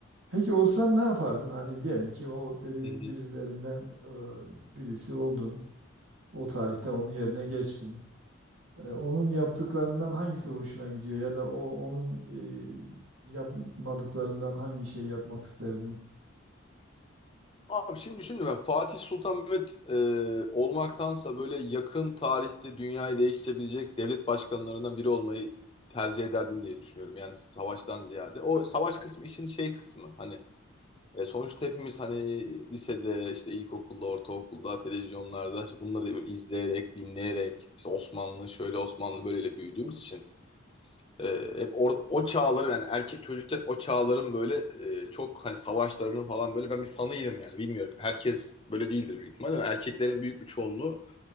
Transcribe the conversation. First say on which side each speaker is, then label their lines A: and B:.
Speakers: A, on the right; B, on the left.
A: Peki olsan ne yapardın? Hani diyelim ki o dediğin
B: Hı hı.
A: birilerinden e, birisi oldun. O tarihte onun yerine geçtin. E, Onun yaptıklarından hangisi hoşuna gidiyor ya da o onun e, yapmadıklarından hangi şey yapmak isterdin?
B: Abi şimdi düşündüm ben Fatih Sultan Mehmet e, olmaktansa böyle yakın tarihte dünyayı değiştirebilecek devlet başkanlarından biri olmayı tercih ederdim diye düşünüyorum. Yani savaştan ziyade. O savaş kısmı işin şey kısmı hani e, sonuçta hepimiz hani lisede işte ilkokulda ortaokulda televizyonlarda işte bunları izleyerek dinleyerek işte Osmanlı şöyle Osmanlı böyleyle büyüdüğümüz için E, hep or- o çağları yani erkek çocukken o çağların böyle e, çok hani savaşlarının falan böyle ben bir fanıydım yani bilmiyorum. Herkes böyle değildir büyük ihtimalle. ama Erkeklerin büyük bir çoğunluğu